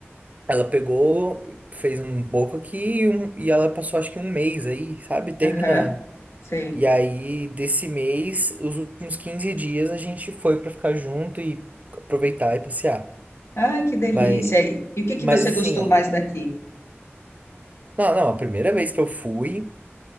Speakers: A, on the right (about 35°); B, on the left (about 80°).
A: Ela pegou, fez um pouco aqui e, um- e ela passou acho que um mês aí, sabe? Terminando.
B: Aham, sei.
A: E aí, desse mês, os últimos 15 dias a gente foi pra ficar junto e aproveitar e passear.
B: Ai, que delícia.
A: Mas,
B: E, e o que que
A: mas
B: você
A: assim.
B: gostou mais daqui?
A: Não, não, a primeira vez que eu fui,